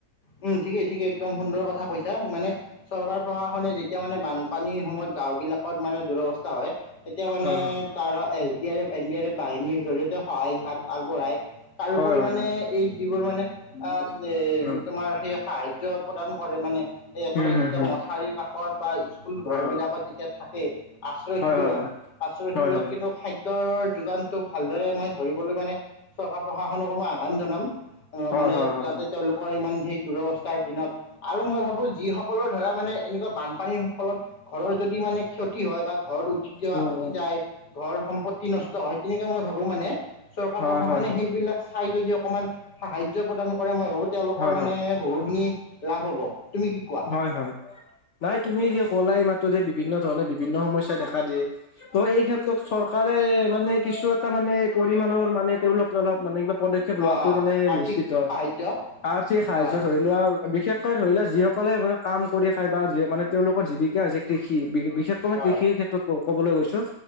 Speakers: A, on the left (about 80°); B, on the left (about 60°).
A: উম, ঠিকেই ঠিকেই, একদম সুন্দৰ কথা কৈছা, মানে চৰকাৰ প্ৰশাসনে যেতিয়া মানে বানপানীৰ সময়ত, গাওঁ বিলাকত মানে দুৰৱস্থা হয় এতিয়া মানে
B: হয় হয়
A: তাৰ S D R F, N D R F বাহিনীৰ জৰিয়তে সহায় হাত আগবঢ়াই। তাৰ
B: হয়
A: উপৰি
B: হয়
A: মানে
B: হয়
A: এই যিবোৰ মানে, অ',
B: ঠিক আছে।
A: এ
B: উম
A: আমাৰ সেই সাহায্য প্ৰদান কৰে মানে সেই একেলগে
B: উম হুম
A: যেতিয়া
B: হুম
A: মথাউৰি কাষত বা স্কুল
B: হয়
A: ঘৰ
B: হয়
A: বিলাকত, যেতিয়া থাকে আশ্ৰয়
B: হয়
A: শিবিৰত
B: হয়
A: আশ্ৰয় শিবিৰত
B: হয় হয়
A: কিন্তু খাদ্যৰ যোগানতটো ভালদৰে মই ধৰিবলৈ মানে, চৰকাৰ প্ৰশাসনকো মই আহ্বান জনাম। অ'
B: হয়
A: মানে
B: হয় হয় হয়
A: যাতে
B: হয়
A: তেওঁলোকৰ ইমান সেই দুৰৱস্থাৰ দিনত, আৰু মই ভাবো যিসকলৰ ধাৰা মানে এনেকুৱা বানপানীৰ ফলত ঘৰৰ যদি মানে ক্ষতি হয় বা ঘৰ কেতিয়াবা
B: উম
A: উটি
B: উম
A: যায়, ঘৰ সম্পত্তি নষ্ট হয়, তেনেকৈ মই ভাবোঁ মানে চৰকাৰ
B: হয়
A: প্ৰশাসনে
B: হয় হয়
A: সেইবিলাক
B: হয়
A: চাই যদি অকমান, সাহা্য প্ৰদান কৰে মই ভাবো তেওঁলোক
B: হয়
A: মানে বহুত খিনি, লাভ হ'ব, তুমি কি কোৱা?
B: হয় হয় হয়, নাই তুমি যে কলা এই মাত্ৰ যে বিভিন্ন ধৰণৰ বিভিন্ন সমস্যা দেখা দিয়ে তো' এই ক্ষেত্ৰত চৰকাৰে, মানে কিছু এটা মানে পৰিমানণৰ মানে তেওঁলোকে অলপ মানে কিবা পদক্ষেপ লোৱাটো
A: অঁ অঁ
B: মানে
A: আৰ্থিক
B: নিশ্চিত,
A: সাহাৰ্য
B: আৰ্থিক সাহাৰ্য
A: হয়
B: ধৰি লোৱা বিশেষকৈ ধৰি লোৱা যিসকল সকলে মানে কাম কৰি খাই বা মানে যি তেওঁলোকৰ জীৱিকা হৈছে, কৃষি বিশেষকৈ মানে
A: হয়
B: কৃষিৰ ক্ষেত্ৰত ক'বলৈ গৈছো,